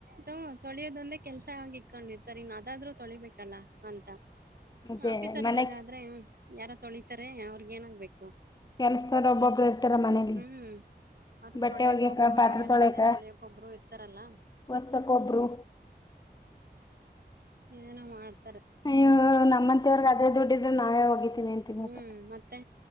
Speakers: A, on the right; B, on the left.
A: ತೊ ತೊಳಿಯ ದೊಂದೇ ಕೆಲ್ಸ ಹಾಗೆ ಕಂಡಹಿತಾರೆ ಇನ್ನ್ ಅದಾದ್ರೂ ತೊಳಿಬೇಕಲ್ಲಾ ಅಂತ.
B: ಮತ್ತೆ
A: ಆಫೀಸರ್ಗೋಳ್ಗಾದ್ರೆ
B: ಮನೆ
A: ಹ್ಮು ಯಾರ ತೊಳಿತಾರೆ ಅವ್ರಿಗ್ ಏನಾಗ್ಬೇಕು. ಪ
B: ಕೆಲಸದಾವರ್ ಒಬ್ಬೊಬ್ರು ಇರ್ತರ ಮನೇಲಿ
A: ಹ್ಮ್ ಅವ್ರ
B: ಬಟ್ಟೆ
A: ತೊಳಿಯಕೊಬ್ರು
B: ಒಗ್ಯಕ, ಪಾತ್ರೆ
A: ಆಮೇಲ್
B: ತೊಳ್ಯಾಕ,
A: ಮನೆ ತೊಳಿಯಕೊಬ್ರು ಇರ್ತಾರಲ್ಲ
B: ವರ್ಸಕ್ ಒಬ್ರು.
A: ಏನ ಮಾಡ್
B: ಅಯ್ಯ ನಮ್ಮಂತ್ಯಾವ್ರಿಗ ಅದೇ ದುಡ್ಡಿದ್ರ ನಾವೇ ಒಗಿತೀವಿ ಅಂತೀವಿ
A: ಹ್ಮು
B: ಮತ್ತ
A: ಮತ್ತೆ